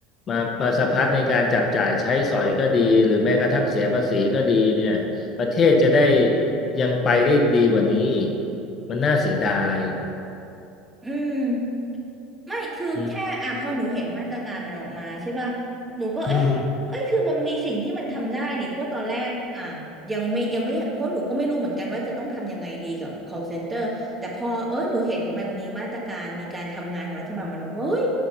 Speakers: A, on the left; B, on the right.
A: มามาสะพัดในการจับจ่ายใช้สอยก็ดีหรือแม้กระทั่งเสียภาษีก็ดีเนี่ยประเทศจะได้ยังไปได้ดีกว่านี้อีกมันน่าเสียดาย
B: อืม ไม่คือแค่อ่ะพอหนูเห็นมาตรการมันออกมาใช่ป่ะ
A: อืม
B: หนูก็เอ๊ะเอ้ยคือมันมีสิ่งที่มันทำได้นี่เพราะตอนแรกอ่ะยังไม่ยังไม่เพราะหนูก็ไม่รู้เหมือนกันว่าจะต้องทำยังไงดีกับ
A: อืม
B: call center แต่พอเอ้ยหนูเห็นมันมีมาตรการมีการทำงานของรัฐบาลมันหนูก็เฮ้ย